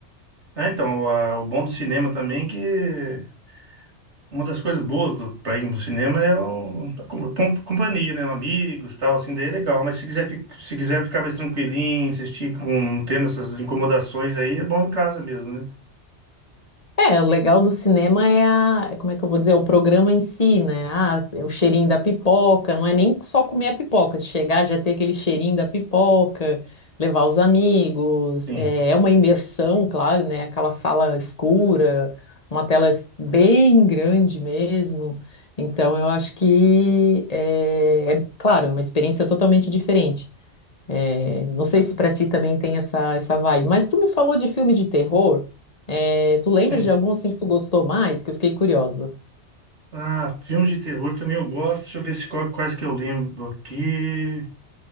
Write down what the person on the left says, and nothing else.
É, o legal do cinema é a, é como é que eu vou dizer, é o programa em si, né? Ah, é o cheirinho da pipoca, não é nem só comer a pipoca, de chegar já é ter aquele cheirinho da pipoca, levar os amigos,
é, é uma imersão, claro, né? Aquela sala escura, uma tela es- bem grande mesmo. Então, eu acho que, é, é claro, é uma experiência totalmente diferente. É, não sei se pra ti também tem essa, essa vibe, mas tu me falou de filme de terror. É, tu lembra
de algum assim que tu gostou mais? Que eu fiquei curiosa.